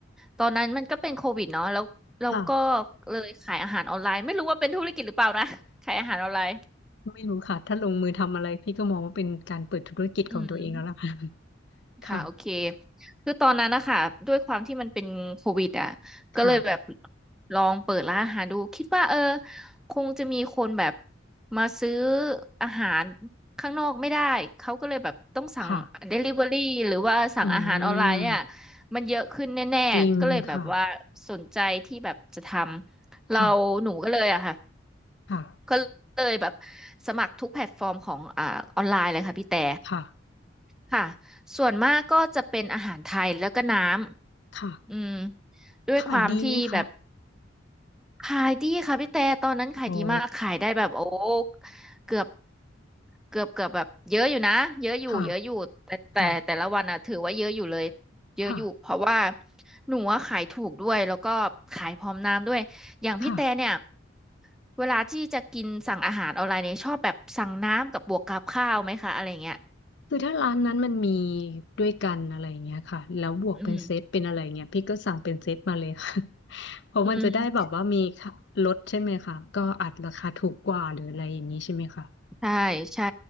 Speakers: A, in the centre; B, on the left.
A: ตอนนั้นมันก็เป็นโควิดเนาะแล้วเราก็
B: ค่ะ
A: เลยขายอาหารออนไลน์ไม่รู้ว่าเป็นธุรกิจหรือเปล่านะ <laughs> ขายอาหารออนไลน์
B: ไม่รู้ค่ะถ้าลงมือทำอะไรพี่ก็มองว่าเป็นการเปิดธุรกิจของตัวเองแล้วล่ะ
A: อืม
B: <laughs>
A: ค่ะโอเค
B: ค่ะ
A: คือตอนนั้นนะคะด้วยความที่มันเป็นโควิดอ่ะก็เลยแบบ
B: ค่ะค่ะ
A: ลองเปิดร้านอาหารดูคิดว่าเออคงจะมีคนแบบมาซื้ออาหารข้างนอกไม่ได้เขาก็เลยแบบต้องสั่ง
B: ค่ะ
A: Delivery หรือว่าสั่งอาหารออนไลน์เนี่ย
B: อืม
A: มันเยอะขึ้นแน่ๆก็เลยแบบว่าสนใจที่แบบจะทำเราหนูก็เลยอะค่ะ
B: จริงค่ะค่ะค่ะ
A: ก็เลยแบบสมัครทุกแพลตฟอร์มของอ่าออนไลน์เลยค่ะพี่แต่
B: ค่ะ
A: ค่ะส่วนมากก็จะเป็นอาหารไทยแล้วก็น้ำอืม
B: ค่ะ
A: ด้วยความที่แบบ
B: ขายดีไหมคะ
A: ขายดีค่ะพี่แต่ตอนนั้นขายดีมากขายได้แบบโอ้
B: โอ้
A: เกือบเกือบเกือบแบบเยอะอยู่นะเยอะอยู่เยอะอยู่แต่แต่แต่ละวันอ่ะถือว่าเยอะอยู่เลย
B: ค่ะค่ะ
A: เยอะอยู่เพราะว่า
B: ค่ะ
A: หนูอะขายถูกด้วยแล้วก็ขายพร้อมน้ำด้วยอย่างพี่แต่เนี่ย
B: ค่ะ
A: เวลาที่จะกินสั่งอาหารออนไลน์เนี่ยชอบแบบสั่งน้ำกับบวกกับข้าวไหมคะอะไรเงี้ย
B: คือถ้าร้านนั้นมันมีด้วยกันอะไรอย่างเงี้ยค่ะแล้วบวกเป็นเซตเป็นอะไรเงี้ยพี่ก็สั่งเป็นเซตมาเลยค่ะ
A: อืม
B: <laughs> เพราะมันจะได้แบบว่ามีค่ะลดใช่ไหมคะก็อัดราคาถูกกว่าหรืออะไรอย่างนี้ใช่ไหมคะ
A: อืม ใช่ใช่